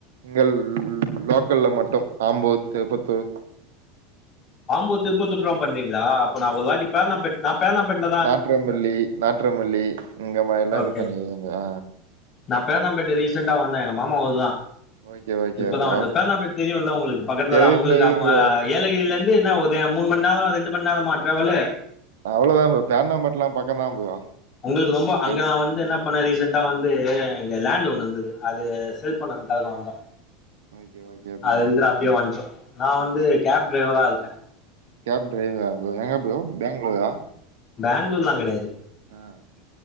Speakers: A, on the right; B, on the left.
A: இங்க லோக் கல்ல மட்டு ஆம்பூர் திருபத்தூர்
B: ஆம்பூர் திருபத்துர்தா பண்றீங்ளா அப்ப நா ஒரு வாட்டி பேனாம்பேட் நா பேனாம்பேட்ல
A: நாட்றமல்லி நாட்றமல்லி இங்க மாரிலா
B: ஓகே
A: இது பண்ணி ஆ
B: நா பேனாம்பேட்ட ரீசென்டா வந்த மாமாவோதுதா
A: ஓகே ஓகே
B: இப்பதாவண்ருப்
A: ப்ரோ
B: பேனாம்பேட் தெரியுல உங்ளுக்கு பக்கட்லதா
A: தெரியு
B: உங்ளுக்கு
A: தெரியு ப்ரோ
B: ஆ ஏலகிரில இருந் இ என்ன ஒரு மூணு மண்நேரோ ரெண்டு மண்நேரமோ ட்ராவலு
A: அவ்ளோதா ப்ரோ பேனாம்பேட்லா பக்கோதா ப்ரோ
B: உங்ளுக்கு ரொம்ப அங்க
A: வேலி
B: நா வந்து என்ன பண்ணே ரீசென்ட் டா வந்து இங்க லேண்டு ஒண்ணு இருந்தது அது செல் பண்ணதுகாக வந்தோ
A: ஓகே ஓகே ப்ரோ
B: அது இதுனு அப்டியே வன்டோ நா வந்து கேப் ட்ரைவரா இருக்க
A: கேப் ட்ரைவரா ப்ரோ எங்க ப்ரோ பேங்ளூரா
B: பேங்ளூர்லா கடயாது
A: ஆ